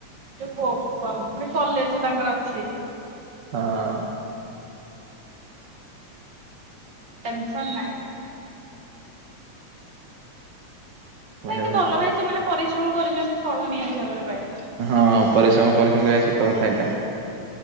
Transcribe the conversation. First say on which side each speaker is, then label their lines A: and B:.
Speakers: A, on the right; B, on the right.
A: ଇଲୋ ବୋପା ମା ଫୁଣି କଲେଜ ତାଙ୍କର ଅଛି।
B: ହଁ
A: ଟେନସନ୍ ନାହିଁ ଆଉ।
B: ମାନେ
A: ନାଇଁ କି
B: ଭାବେ
A: ବଲ ଭାଇ ସେମାନେ ପରିଶ୍ରମ କରିଚନ୍ତି ଫଳ ନିହାତି ଭାବରେ ପାଇବେ।
B: ହଁ ପରିଶ୍ରମ କରିଛନ୍ତି ଭାଇ ସତ କଥା ଏଇଟ।